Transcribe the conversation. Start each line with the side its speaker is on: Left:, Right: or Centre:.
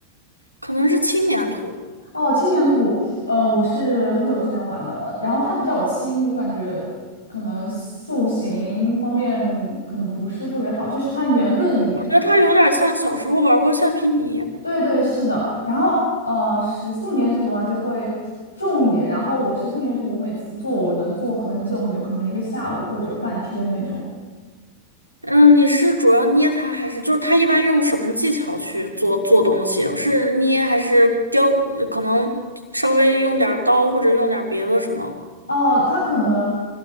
Right: 可能是轻粘土。
Left: 哦，轻粘土，呃，我是很久之前玩的，然后它比较轻，我感觉可能塑形方面可能不是特别好，就是它圆润一点。
Right: 我觉得它有点像小时候玩过橡皮泥。
Left: 对对，是的。然后呃，石塑粘土的话就会重一点，然后我石塑粘土我每次做我能做很久很久，可能一个下午或者半天那种。
Right: 嗯，你是主要捏它，还是就是它一般用什么技巧去做做东西？是捏还是雕？可能稍微用点儿刀或者用点儿别的什么？
Left: 哦，它可能，